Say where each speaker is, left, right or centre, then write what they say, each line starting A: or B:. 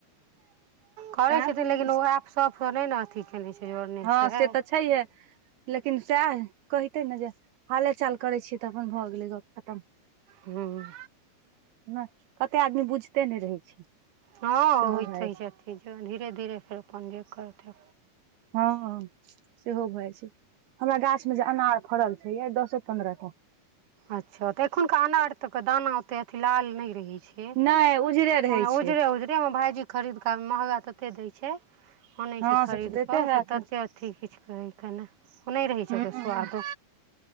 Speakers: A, on the right; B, on the right.
A: करै
B: आँ
A: छथिन लेकिन
B: पुछि
A: अहाँ ऐप सभसँ नहि ने अथी कने छै
B: हँ
A: छै
B: से तऽ छैहे लेकिन सएह कहते ने जे हाले चाल करै छियै तऽ अपन भऽ गेलै गप खतम
A: हूँ
B: नहि कते आदमी बुझते नहि रहै छै
A: हँ
B: सेहो
A: ओ
B: भए
A: सही छथिथ धीरे धीरे फेर अपन जे करथि
B: हँ सेहो भए जा छै हमरा गाछ मे जे अनार फड़ल छै य दसो पन्द्रह टा
A: अच्छा तऽ एखुनका अनार त के दाना ओते अथ लाल नहि रहे छै
B: नहि उजरे रहै
A: ओ उजरे
B: छै
A: उजरे हम भायजी खरीद कऽ महगा तते दै छै आनैत
B: हँ
A: छै खरीद
B: से तऽ दैते
A: कऽ
B: हैत
A: से ततेक अथी कुछ कहै क नहि ओ नहि रहै छै
B: ह
A: ओ सुआादो